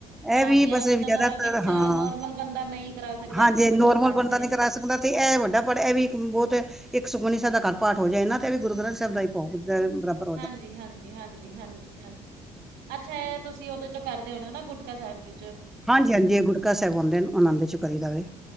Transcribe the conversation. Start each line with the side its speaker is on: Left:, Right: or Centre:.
Right: ਹਾਂ
Centre: ਇਹ ਵੀ
Right: ਪਿਆ
Centre: ਬਸ
Right: ਤਾਂ ਚਲੋ
Centre: ਜ਼ਿਆਦਾਤਰ।
Right: ਕੁਛ
Centre: ਹਾਂ
Right: ਨੋਰਮਲ ਬੰਦਾ ਨਹੀਂ ਕਰਾ ਸਕਦਾ
Centre: ਹਾਂਜੀ
Right: ਇੰਨਾ ਵੱਡਾ
Centre: ਨੋਰਮਲ
Right: ਪਾਠ
Centre: ਬੰਦਾ
Right: ਤੇ
Centre: ਨੀਂ ਕਰਾ ਸਕਦਾ। ਅਤੇ ਇਹ ਵੱਡਾ ਪਰ੍ਹ ਇਹ ਵੀ ਇੱਕ ਬਹੁਤ। ਇੱਕ ਸੁਖਮਨੀ ਸਾਹਿਬ ਦਾ ਘਰ ਪਾਠ ਹੋ ਜਾਏ। ਇਹ ਨਾ ਤੇ ਵੀ ਗੁਰੂ ਗ੍ਰੰਥ ਸਾਹਿਬ ਦਾ ਬਰਾਬਰ ਹੁੰਦਾ।
Right: ਹਾਂਜੀ ਹਾਂਜੀ ਹਾਂਜੀ ਹਾਂਜੀ ਹਾਂਜੀ। ਅੱਛਾ ਇਹ ਤੁਸੀਂ ਉਹਦੇਂ ਕਰਦੇ ਹੋਣੇ ਨਾ। ਗੁਟਕਾ ਸਾਹਿਬ ਚੋ
Centre: ਹਾਂਜੀ ਹਾਂਜੀ ਇਹ ਗੁੜਕਾ ਸਾਹਿਬ ਆਉਂਦੇ ਨੇ। ਉਹਨਾਂ ਦੇ ਚੁ ਕਰੀ ਦਾਵੇ।